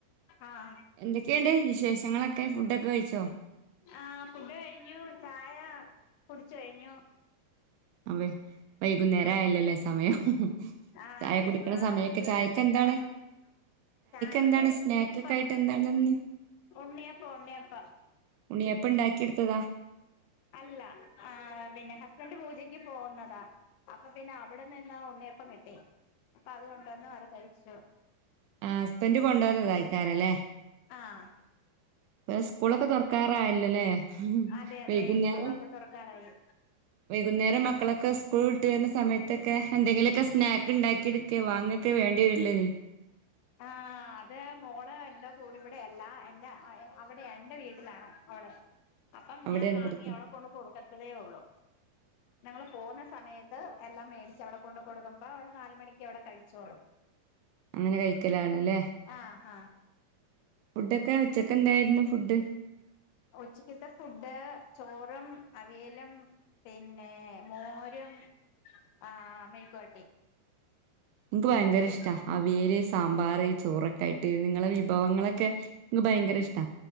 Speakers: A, on the left; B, on the right.
A: ആഹ്
B: എന്തൊക്കെയുണ്ട് വിശേഷങ്ങളൊക്കെ ഫുഡൊക്കെ കഴിച്ചോ
A: ആ ഫുഡ് കഴിഞ്ഞു ചായ കുടിച്ച് കഴിഞ്ഞു
B: അവെ വൈകുന്നേരം
A: ഉം
B: ആയല്ലല്ലേ സമയം
A: ആഹ്
B: ചായ
A: അതെ
B: കുടിക്കണ
A: നാല്
B: സമയൊക്കെ
A: ഇരുപതങ്ങാണ്ട്
B: ചായക്ക് എന്താണ്
A: ചായ കുടി ചായക്ക്
B: എന്താണ്
A: ഉണ്ണിയപ്പം
B: സ്നാക്ക് ഒക്കെ ആയിട്ട് എന്താണ്ന്ന്
A: ഉണ്ണിയപ്പം ഉണ്ണിയപ്പം
B: ഉണ്ണിയപ്പം ഇണ്ടാക്കി എടുത്തതാ
A: അല്ല ആ പിന്നെ ഹസ്ബൻഡ് പൂജക്ക് പോകുന്നതാ അപ്പൊ പിന്നെ അവിടന്ന് എല്ലാം ഉണ്ണിയപ്പം കിട്ടി അപ്പൊ അതുകൊണ്ടന്ന് അത് കഴിച്ചു
B: ആ ഹസ്ബൻഡ് കൊണ്ടുവന്നത ആയിക്കാരല്ലേ
A: ആഹ്
B: ഇപ്പൊ സ്കൂളൊക്കെ തുറക്കാറായല്ലല്ലേ
A: അതെ അതെ
B: വൈകുന്നേരം
A: സ്കൂളൊക്കെ തുറക്കാറായി
B: വൈകുന്നേരം മക്കളൊക്കെ സ്കൂൾ വിട്ട് വരുന്ന സമയത്തൊക്കെ എന്തെങ്കിലു ഒക്കെ സ്നാക്ക് ഉണ്ടാക്കി എടു ക്കെ വന്നിട്ട് വേണ്ടി വരില്ലെ നീ
A: ആ അത് മോള എല്ല കൂടി ഇവിടെയല്ല എൻ്റെ അ അവിടെ എന്റെ വീട്ടിലാണ് അവള് അപ്പം
B: അവിടെ
A: ഞാൻ
B: ആണ്
A: വാങ്ങി
B: പഠിക്ക
A: അവടെ കൊണ്ട് കൊടുക്കത്തതേ ഉള്ളു ഞങ്ങള് പോകുന്ന സമയത്ത് എല്ലാം മേടിച്ച് അവിടെ കൊണ്ട് കൊടുക്കുമ്പ ഒരു നാല് മണിക്ക് അവിടെ കഴിച്ചോളും
B: അങ്ങനെ കഴിക്കലാണ് ല്ലേ
A: ആഹ് ഹാ
B: ഫുഡൊക്കെ ഉച്ചക്ക് എന്തായിരുന്നു ഫുഡ്
A: ഉച്ചക്ക്ത്തെ ഫുഡ് ചോറും അവിയലും പിന്നെ മോരും ആ മെഴുക്കുവരട്ടി
B: ഇൻക്ക് ഭയങ്കര
A: പിൻ
B: ഇഷ്ട അവിയല് സാമ്പാർ ചോറൊ ക്കായിട്ട് നിങ്ങളെ വിഭവങ്ങളൊക്കെ നിക്ക് ഭയങ്കര ഇഷ്ടാ